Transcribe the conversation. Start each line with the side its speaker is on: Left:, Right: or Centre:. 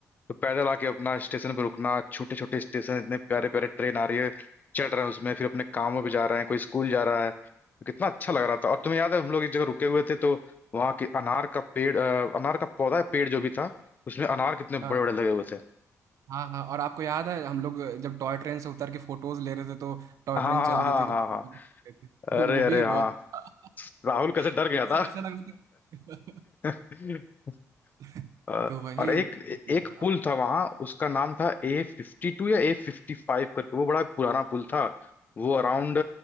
Left: तो पैदल आके अपना स्टेशन पर रुकना छोटे छोटे स्टेशन इतने प्यारे प्यारे ट्रेन आ रही है चढ़ रहे हैं उसमें फिर अपने कामों पे जा रहे हैं कोई स्कूल जा रहा है तो कितना अच्छा लग रहा था और तुम्हें याद है हम लोग एक जगह रुके हुए थे तो वहाँ के अनार का पेड़ अ, अनार का पौधा पेड़ जो भी था उसमें अनार कितने बड़े
Right: हाँ
Left: बड़े लगे हुए थे
Right: हाँ हाँ और आपको याद है हम लोग जब टॉय ट्रेन से उतर के फोटोज ले रहे थे तो टॉय
Left: हाँ
Right: ट्रेन
Left: हाँ
Right: चल रही
Left: हाँ
Right: थी तो
Left: हाँ
Right: भागे
Left: हाँ
Right: भागे <laughs> ले थे तो
Left: अरे
Right: वो भी
Left: अरे
Right: बहुत
Left: हाँ
Right: <laughs>
Left: राहुल कैसे डर गया
Right: जैसे
Left: था
Right: ऐसा लग रहा था कि-
Left: <laughs>
Right: <laughs>
Left: अ,
Right: तो वही
Left: और एक
Right: बहुत
Left: एक
Right: मजा
Left: पुल था वहां उसका नाम था ए फिफ्टी टू या ए फिफ्टी फाइव करके वो बड़ा पुराना पुल था वो अराउंड